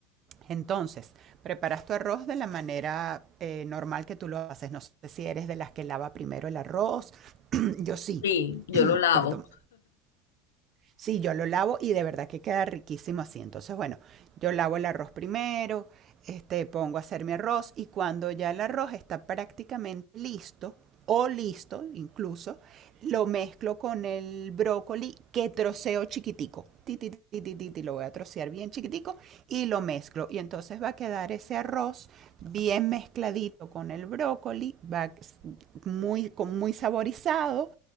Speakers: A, on the right (about 45°); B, on the left (about 85°).
A: Entonces, preparas tu arroz de la manera eh, normal que tú lo haces. No sé si eres de las que lava primero el arroz. <clears throat> <coughs> Yo sí,
B: Sí, yo lo lavo.
A: perdón. Sí, yo lo lavo y de verdad que queda riquísimo así. Entonces, bueno, yo lavo el arroz primero, este, pongo a hacer mi arroz y cuando ya el arroz está prácticamente listo o listo incluso, lo mezclo con el brócoli que troceo chiquitico. Ti, ti, ti, ti, ti, ti, lo voy a trocear bien chiquitico y lo mezclo. Y entonces va a quedar ese arroz bien mezcladito con el brócoli, va muy, con muy saborizado